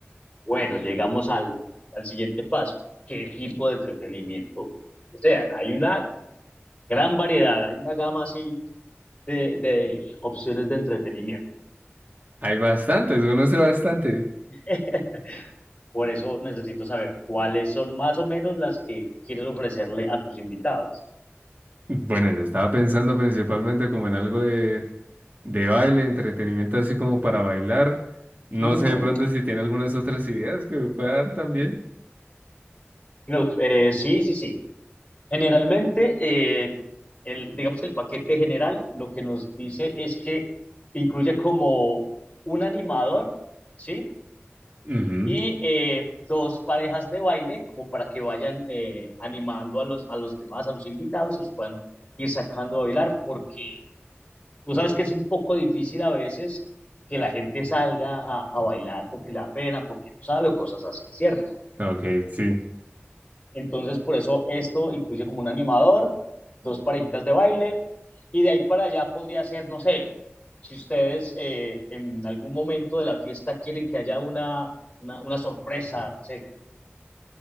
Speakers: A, on the left (about 30°); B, on the right (about 40°).
A: Bueno, llegamos al, al siguiente paso. ¿Qué tipo de entretenimiento desean? Hay una Gran variedad, hay una gama así de, de opciones de entretenimiento.
B: Hay bastantes, conoce bastante.
A: <laughs> Por eso necesito saber cuáles son más o menos las que quieres ofrecerle a tus invitados.
B: Bueno, yo estaba pensando principalmente como en algo de, de baile, entretenimiento así como para bailar. No
A: Mm,
B: sé de pronto
A: ok.
B: si tiene algunas otras ideas que me pueda dar también.
A: No, eh, sí, sí, sí. Generalmente, eh, el, digamos que el paquete general lo que nos dice es que incluye como un animador, ¿sí?
B: Ujú,
A: y eh, dos parejas de baile como para que vayan eh, animando a los, a los demás, a los invitados y los puedan ir sacando a bailar porque tú sabes que es un poco difícil a veces que la gente salga a, a bailar porque le da pena, porque no sabe o cosas así, ¿cierto?
B: Ok, sí.
A: Entonces por eso esto incluye como un animador, dos parejitas de baile y de ahí para allá podría ser, no sé, si ustedes eh, en algún momento de la fiesta quieren que haya una, una, una sorpresa, no sé,